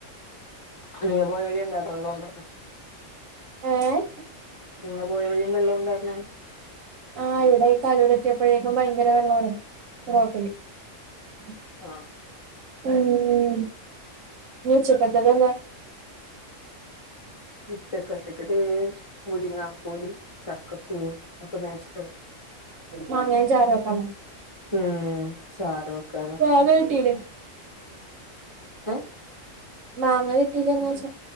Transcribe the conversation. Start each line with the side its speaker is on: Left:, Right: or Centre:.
Left: നിങ്ങ പോയി വടിയണ്ടാക്കാക്കള്ളണ്ട
Right: ഏഹ
Left: അങ്ങെ പോയവിഴും വെള്ളോന്തഞ്ഞാ
Right: ആ ഇവിടെ ഈ കലൂരത്തിയപ്പോഴേക്കും ഭയങ്കര വെള്ളംറഞ്ഞു <inaudible>
Left: ആഹ്
Right: ഉം ഉം ഉച്ചക്കത്തതെന്ന
Left: ചച്ചക്കട്ടക്കട്ട മുരിങ്ങാക്കോലും ചക്കക്കുരു ഒക്കെ മേടിച്ചിട്ടുണ്ട്
Right: മാങ്ങൻ ചാറക്കാണോ
Left: ഉം ചാറ് വെക്കാന്
Right: മാങ്ങാകിട്ടില്ലേ
Left: ഏഹ്
Right: മാങ്ങ കിട്ടീല്ലന്ന് വച്ചാ